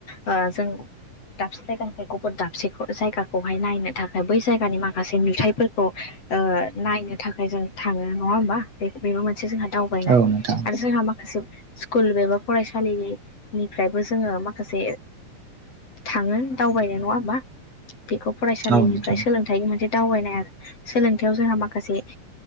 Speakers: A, on the left; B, on the right.
A: जों दाबसे जायगानि गुबुर दाबसेखौ जायगाखौहाय नायनो थाखाय बै जायगानि माखासे नुथायफोरखौ नायनो थाखाय जों थाङो। नङा होमबा बे बेबो मोनसे जोंहा दावबायनाय
B: औ नोंथां
A: आरो जोंहा माखासे स्कुल एबा फरायसालिनिफ्रायबो जोङो माखासे थाङो दावबायनो नङा होमबा बेखौ फरायसालिनिफ्राय
B: औ नोंथां
A: सोलोंथाइ मोनसे दावबायनाय आरो सोलोंथायाव जोंहा माखासे